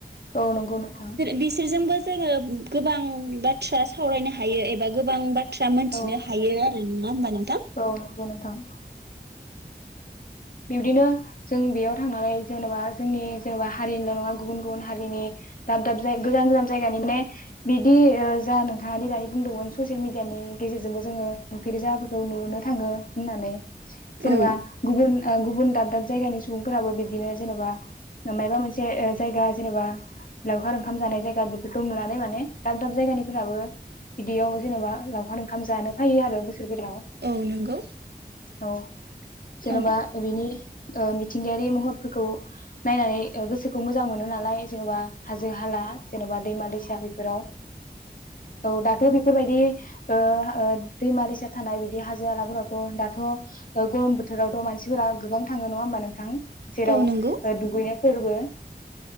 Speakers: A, on the left (about 55°); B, on the right (about 75°).
A: औ नंगौ नोंथां
B: बिसोरजोंबो जोङो गोबां बाथ्रा सावरायनो हायो एबा गोबां बाथ्रा थ्रा मोनथिनो
A: औ
B: हायो नङा होनबा नों
A: औ बुं नोंथां? बिबदिनो जों बेयाव थांनानै जेन'बा जोंनि जेन'बा हारिनिल' नङा गुबुन गुबुन हारिनि दाब दाब जाय गोजान गोजान जायगानि माने बिदि जा नोंथाङा दिनानै बुंदोंमोन ससियेल मिडियानि गेजेरजोंबो जोङो नुफेर जायगाफोरखौ नुनो थाङो होननानै सोरबा
B: औ
A: गुबुन गुबुन दाब दाब जायगानि सुबुंफोराबो बिब्दिनो जेनेबा, मायाबा मोनसे जायगा जेनेबा लावखार ओंखाम जानाय जायगा बेफोरखौ नुनानै माने दाब दाब जायगानिफोराबो बिदियाव जेनेबा लाव खार ओंखाम जानो फायो आरो बोसोर गोदानाव
B: औ नंगौ
A: औ जेन'बा
B: औ
A: ओ मिथिंगायारि महरफोरखौ नायनानै गोसोखौ मोजां मोनो नालाय जेन'बा हाजो हाला जेन'बा दैमा दैसा बेफोराव औ दाथ' बेफोरबाय दि ओ ओ दैमा दैसा थानाय बिदि हाजो हलाफोरावथ' दाथ' गरम बोथोरावथ' मानसि फोरा गोबां थाङो नङा होमबा नोंथां? जेराव
B: औ नंगौ
A: ओ दुगैनो फोरबो